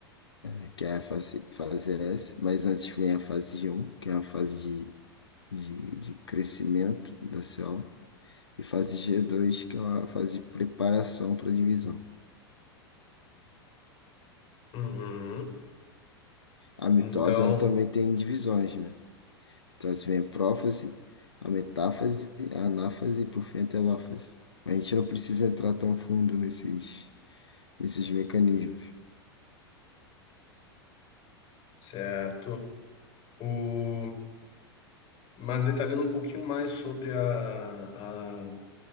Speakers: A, on the left; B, on the left.
A: eh, que é a fase, fase S, mas antes vem a fase G1, que é a fase de de, de crescimento da célula, e fase G2, que é uma fase de preparação para divisão.
B: Uhum.
A: A mitose,
B: Então,
A: ela também tem divisões, né? Então, assim, vem a prófase, a metáfase, a anáfase e, por fim, a telófase. A gente não precisa entrar tão fundo nesses, nesses mecanismos.
B: certo. O... Mas detalhando um pouquinho mais sobre a, a,